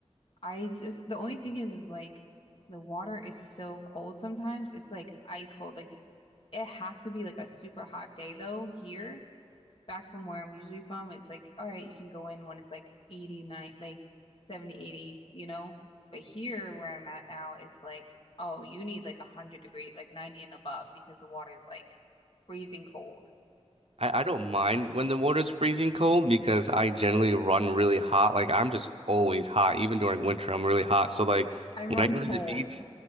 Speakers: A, on the left (about 50°); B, on the right (about 65°).
A: I just the only thing is is like the water is so cold sometimes. It's like ice cold. Like it has to be like a super hot day though here back from where I'm usually from, it's like, all right, you can go in when it's like 89, like 70, 80s, you know? But here where I'm at now, it's like, oh, you need like 100 degree, like 90 and above because the water is like freezing cold.
B: I, I don't mind when the water's freezing cold because I generally run really hot. Like I'm just always hot, even during winter, I'm really hot. So like
A: I run
B: when I go
A: cold.
B: to the beach,
A: <laughs>